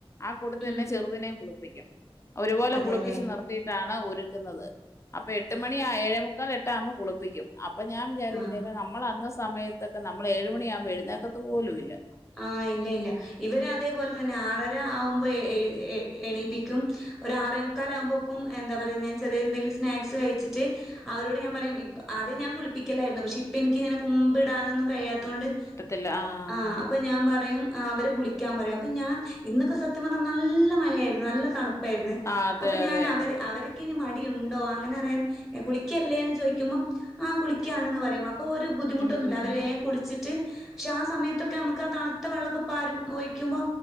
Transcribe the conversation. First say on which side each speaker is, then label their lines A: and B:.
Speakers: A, on the left; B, in the centre.
A: ആഹ് കൂട്ടത്തി
B: ഉം
A: തന്നെ ചെറുതിനെം കുളിപ്പിക്കും ഒരുപോലെ
B: അതെല്ലേ
A: കുളിപ്പിച്ച് നിർത്തിയിട്ടാണ് ഒരുക്ക്ന്നത് അപ്പൊ എട്ട് മണി ആഹ് ഏഴേ മുക്കാൽ എട്ടാവുമ്പൊ കുളിപ്പിക്കും അപ്പൊ ഞാൻ വിചാരിക്കും
B: ആഹ്
A: ദൈവമെ നമ്മളന്ന് സമയത്തൊക്കെ നമ്മള് ഏഴു മണിയാവുമ്പൊ എഴുന്നേക്കത്ത് പോലു ഇല്ല
B: ആഹ് ഇല്ല ഇല്ല ഇവര് അതേപോലെ തന്നെ ആറര ആവു മ്പ എ എ എണീപ്പിക്കും ഒര ആറേമുക്കാലാവുമ്പക്കും എന്ത പറയ ഞാൻ ചെറിയ എന്തെങ്കിലും സ്നാക്സ് കഴിച്ചിട്ട് അവരോട് ഞാൻ പറയും ഇപ്പ അദ്യം ഞാൻ കുളിപ്പിക്കലായിരുന്നു പക്ഷെ ഇപ്പ എനിക്കിങ്ങനെ കുമ്പിടാനൊന്നും കഴിയാത്തോണ്ട്
A: ല്ല ആഹ്
B: ആഹ് അപ്പൊ ഞാൻ പറയും അവര് കുളിക്കാം പറയും അപ്പൊ ഞാൻ ഇന്നൊക്കെ സ ത്യം പറ്ഞ്ഞ നല്ല മഴയായിരുന്നു നല്ല തണുപ്പായിരുന്നു
A: ആ അതെ
B: അപ്പൊ ഞാൻ
A: അതെ
B: അവരെ അവർക്കിനി മടിയുണ്ടോ അങ്ങനെ അറിയാൻ കുളിക്കല്ലേന്ന് ചൊയ്ക്കുമ്പൊ ആഹ് കുളിക്കാണ്ന്ന് പറയും അപ്പൊ ഒരു ബുദ്ധിമുട്ടൊന്നുല്ല
A: ഉം
B: അവര് വേം കുളിച്ചിട്ട് പക്ഷെ ആഹ് സമയത്തൊ ക്കെ നമുക്ക് ആഹ് തണുത്ത വെള്ളക്കെ പാരും ഒഴിക്കുമ്പൊ